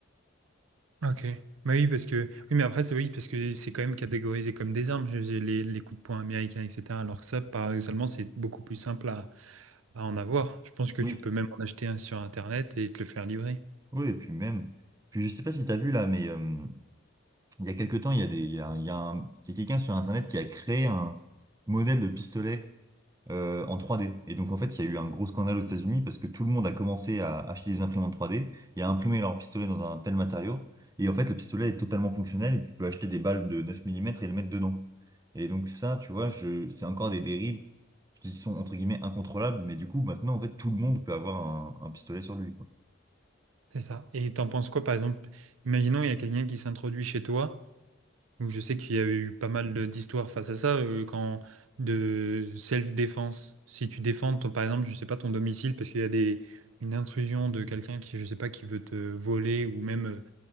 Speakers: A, on the right; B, on the right.
A: Ok. Bah oui, parce que. Oui, mais après, c'est oui, parce que c'est quand même catégorisé comme des armes, je- j'ai les, les coups de poing américains, etc. Alors que ça, paradoxalement, c'est beaucoup plus simple à, à en avoir. Je pense que
B: Oui,
A: tu peux même en acheter un sur Internet et te le faire livrer.
B: oui, et puis même, puis je sais pas si t'as vu là, mais euh, il y a quelque temps, il y a des, il y a, il y a un- il y a quelqu'un sur Internet qui a créé un modèle de pistolet euh, en 3D. Et donc en fait, il y a eu un gros scandale aux États-Unis parce que tout le monde a commencé à acheter des imprimantes 3D et à imprimer leur pistolet dans un tel matériau. Et en fait, le pistolet est totalement fonctionnel et tu peux acheter des balles de 9 mm et le mettre dedans. Et donc ça, tu vois, je, c'est encore des dérives qui sont entre guillemets incontrôlables, mais du coup, maintenant, en fait, tout le monde peut avoir un, un pistolet sur lui, quoi.
A: C'est ça. Et t'en penses quoi, par exemple? Imaginons, il y a quelqu'un qui s'introduit chez toi. Donc, je sais qu'il y a eu pas mal de- d'histoires face à ça, euh, quand de self-défense. Si tu défends, ton- par exemple, je sais pas, ton domicile, parce qu'il y a des, une intrusion de quelqu'un qui, je sais pas, qui veut te voler ou même. euh,